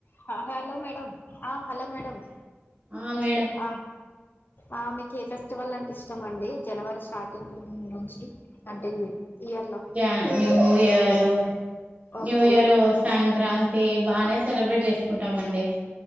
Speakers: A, on the left (about 45°); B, on the right (about 30°).
A: హా hello madam ఆ hello madam
B: ఆ మేడం
A: ఆ ఆ మీకు ఏ ఫెస్టివల్ అంటే ఇష్టం అండి జనవరి స్టార్టింగ్ నుంచి అంటే ఇయర్ లో
B: య న్యూయరు
A: ఓకే
B: న్యూయరు సంక్రాంతి బానే సెలబ్రేట్ చేస్ కుంటామండి